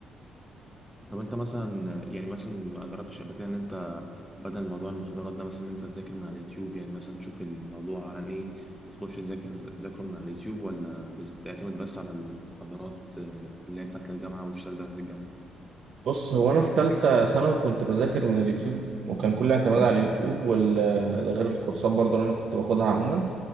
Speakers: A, in the centre; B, on the right (about 60°).
A: طب انت مثلا يعني مثلا ما جربتش قبل كده ان انت بدل موضوع المحاضرات ده مثلا ان انت تذاكر من على اليوتيوب يعني مثلا تشوف الموضوع عن ايه وتخش تذاكر تذاكره من على اليوتيوب ولا بس- بتعتمد بس على المحاضرات آه، اللي هي بتاعت الجامعه والشهادات بتاعت الجامعه
B: بص هو انا في تالتة ثانوي كنت بذاكر من اليوتيوب وكان كل اعتماد
A: امم
B: على اليوتيوب وال ده غير الكورسات برضو اللي انا كنت باخدها عموما